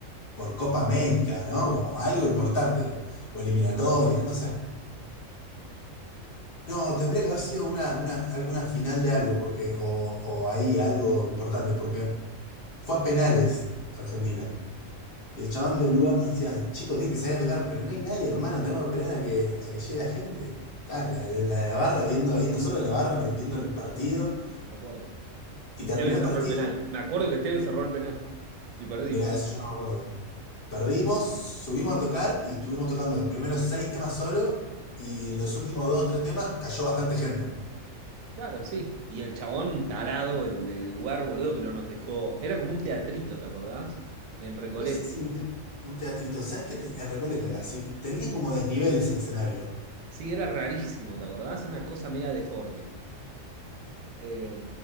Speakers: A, on the left; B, on the right.
A: por Copa América, ¿no? Como algo importante era. O eliminatorias, no sé. No, tendría que haber sido una, una, alguna final de algo, porque, o, o ahí algo importante, porque fue a penales Argentina. Y el chabón del lugar nos decía, chico, tienen que salir a tocar, pero no hay nadie, hermano, tenemos que esperar a que, a que llegue la gente. Está, la, la, la barra viendo ahí, nosotros en la barra me- viendo el partido,
B: Me acuerdo. Y
A: y terminó
B: Tevez
A: el
B: cerró
A: partido,
B: el penal. Me acuerdo que Tevez cerró el penal. Y perdimos.
A: mirá, eso yo no me acuerdo. Perdimos, subimos a tocar y estuvimos tocando los primeros seis temas solo y los últimos dos, tres temas cayó bastante gente.
B: Claro, sí. Y el chabón tarado, el, el lugar boludo que no nos dejó. Era como un teatrito, ¿te acordás? En Recoleta.
A: No sé si un, te- un teatrito, ¿sabes qué? te- en Recoleta era así, tenía como desniveles el escenario.
B: Sí, era rarísimo, ¿te acordás? Una cosa media deforme. Eh,